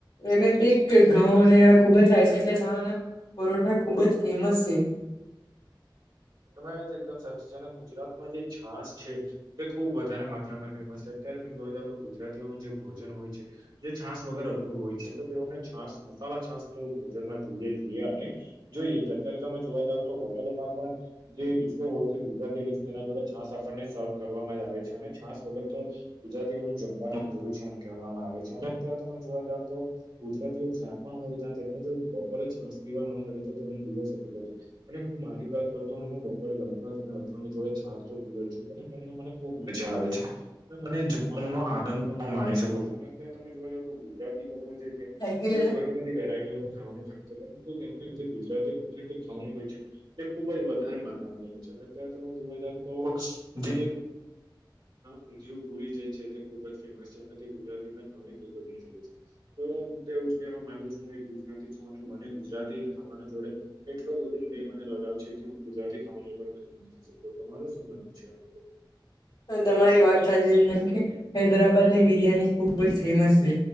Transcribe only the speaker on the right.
તમારી વાત એકદમ સાચી છે અને ગુજરાતમાં જે છાસ છે. તે ખુબ વધારે માત્રામાં ફેમસ છે અત્યારે તમે જોવા જાવ તો ગુજરાતીઓનું જે ભોજન હોય છે. જે છાસ વગેરે અધૂરું હોય છે તો તેઓને છાસ મસાલા છાસ તો ભોજનમાં જોઈએ જોઈએ અને જોઈએ. અત્યારે તમે જોવા જાવ તો હોટલોમાં પણ જે ડિશો હોય છે. ગુજરાતી તેના જોડે છાસ આપણને સર્ કરવામાં જ આવે છે અને છાસ વગર તો ગુજરાતીઓનું જમવાનું અધુરું છે એમ કહેવામાં આવે છે અને અત્યારે તમે જોવા જાવ તો ગુજરાતીઓ જ્યાં પણ હોય ત્યાં તેમને જો બપોરે છાસ પીવા ન મળે તો તેમનો દિવસ અને હું મારી વાત તો હું બપોરે ગમે પણ અથાણું જોડે છાશ તો પીવું છું તેના કારણે મારે મજા આવે છે. મને જમવાનોનો આનંદ હું માણી શકું છું અને અત્યારે તમે જોવા જાવ તો ગુજરાતી લોકો જે તેઓ
ઘણી બધી વેરાયટીઓનું ખાવાનું ખાય છે. પરંતુ તેમને જે ગુજરાતી ખાવાનું હોય છે. તે ખુબ જ વધારે માત્રામાં રહે છે અને અત્યારે તમે જોવા જઓ તો જે ઊંધિયું પુરી જે છે તે ખૂબ જ ફેમસ છે અને તે ગુજરાતીમાં જોની ખૂબ જ છે. તો હું તો એવું જ કહેવા માંગુ છું. હું એક ગુજરાતી છું અને મને ગુજરાતી ખાવાના જોડે એટલો બધો પ્રેમ અને લગાવ છે કે હું ગુજરાતી ખાવાની ઉપર કરી જ નથી શકતો તમારે શું માનવું છે? આ બાબત